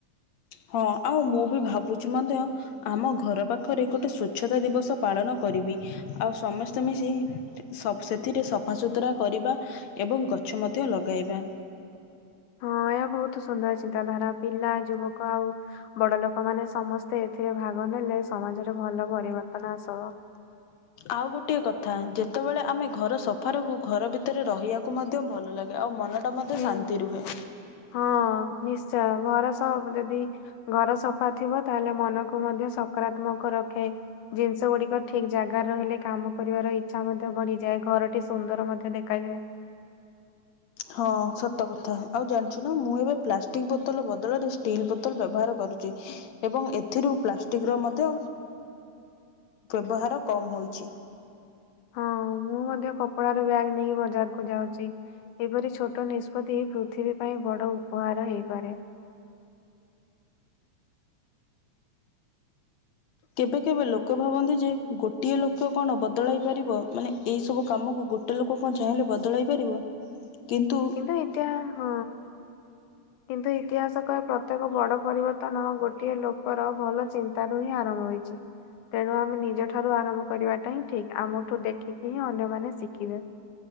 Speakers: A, on the left; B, on the left.
A: ହଁ ଆଉ ମୁଁ ବି ଭାବୁଛି ମଧ୍ୟ ଆମ ଘର ପାଖରେ ଗୋଟେ ସ୍ଵଚ୍ଛତା ଦିବସ ପାଳନ କରିବି ଆଉ ସମସ୍ତେ ମିଶି ସବ ସେଥିରେ ସଫାସୁତୁରା କରିବା ଏବଂ ଗଛ ମଧ୍ୟ ଲଗାଇବା।
B: ହଁ ଏହା ବହୁତ ସୁନ୍ଦର ଚିନ୍ତାଧାରା ପିଲା ଯୁବକ ଆଉ ବଡ ଲୋକମାନେ ସମସ୍ତେ ଏଥିରେ ଭାଗ ନେଲେ ସମାଜରେ ଭଲ ପରିବର୍ତ୍ତନ ଆସିବ। <unintelligible>
A: ଆଉ ଗୋଟିଏ କଥା ଯେତେବେଳେ ଆମେ ଘର ସଫା ରଖୁ ଘର ଭିତରେ ରହିବାକୁ ମଧ୍ୟ ଭଲ ଲାଗେ ଆଉ ମନ ଟା ମଧ୍ୟ
B: ହୁଁ।
A: ଶାନ୍ତି ରୁହେ।
B: ହଁ ନିଶ୍ଚୟ ଘର ସ ଯଦି ଘର ସଫା ଥିବ ତାହେଲେ ମନକୁ ମଧ୍ୟ ସକାରାତ୍ମକ ରଖେ। ଜିନିଷ ଗୁଡିକ ଠିକ ଜାଗାରେ ରହିଲେ କାମ କରିବାର ଇଚ୍ଛା ମଧ୍ୟ ବଢିଯାଏ ଘରଟି ସୁନ୍ଦର ମଧ୍ୟ ଦେଖାଯାଏ।
A: ହଁ ସତ କଥା ଆଉ ଜାଣିଛୁ ନା ମୁଁ ଏବେ ପ୍ଲାଷ୍ଟିକ ବୋତଲ ବଦଳରେ ଷ୍ଟିଲ୍ ବୋତଲ ବ୍ୟବହାର କରୁଛି। ଏବଂ ଏଥିରୁ ପ୍ଲାଷ୍ଟିକ ର ମଧ୍ୟ ବ୍ୟବହାର କମ ହୋଇଛି।
B: ହଁ ମୁଁ ମଧ୍ୟ କପଡାର ବ୍ୟାଗ ନେଇ ବଜାରକୁୁ ଯାଉଛି। ଏପରି ଛୋଟ ନିଷ୍ପତ୍ତି ପୃଥିବୀ ପାଇଁ ବଡ ଉପହାର ହେଇପାରେ।
A: କେବେ କେବେ ଲୋକ ଭାବନ୍ତି ଯେ ଗୋଟିଏ ଲୋକ କଣ ବଦଳାଇ ପାରିବ? ମାନେ ଏଇ ସବୁ କାମକୁ ଗୋ ଗୋଟେ ଲୋକ କଣ ଚାହିଁଲେ ବଦଳାଇ ପାରିବ? କିନ୍ତୁ।
B: କିନ୍ତୁ ଏତା ହଁ। କିନ୍ତୁ ଇତିହାସ କହେ ପ୍ରତ୍ୟେକ ବଡ ପରିବର୍ତ୍ତନ ଗୋଟିଏ ଲୋକର ଭଲ ଚିନ୍ତାରୁ ହିଁ ଆରମ୍ଭ ହୋଇଛି। ତେଣୁ ଆମେ ନିଜ ଠାରୁ ଆରମ୍ଭ କରିବାଟା ହିଁ ଠିକ ଆମଠୁ ଦେଖିକି ହିଁ ଅନ୍ୟମାନେ ଶିଖିବେ।